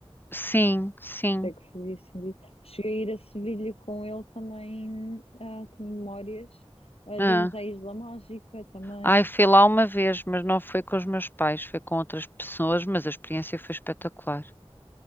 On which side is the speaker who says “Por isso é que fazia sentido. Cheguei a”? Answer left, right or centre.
Left